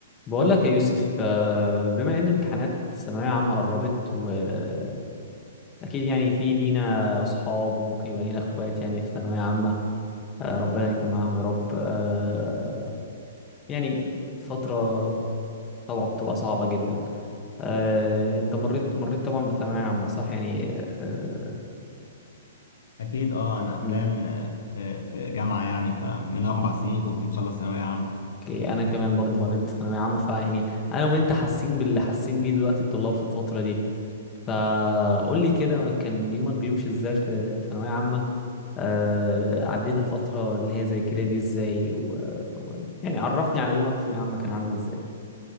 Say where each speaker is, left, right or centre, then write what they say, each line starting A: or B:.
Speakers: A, on the left; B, on the left.
A: بقول لك يا يوسف آه، بما ان امتحانات الثانويه عامه قربت واكيد يعني في لينا اصحاب وممكن يبقى لينا اخوات يعني في ثانويه عامه آه، ربنا يكون معاهم يا رب آه، يعني فتره طبعا بتبقى صعبه جدا آه، انت مريت مريت طبعا بثانويه عامه صح يعني آه،
B: أكيد أه أنا حاليا
A: مم.
B: في في جامعة يعني فمن أربع سنين كنت مخلص ثانوية عامة
A: اوكي، انا كمان برضو مريت بثانويه عامه فيعني انا وانت حاسين باللي حاسين بيه دلوقتي الطلاب في الفتره دي فقول لي كده كان يومك بيمشي ازاي في ثانوية عامة آه عديت الفترة اللي هي زي كده دي ازاي و... و... يعني عرفني على يومك في ثانوية عامة كان عامل ازاي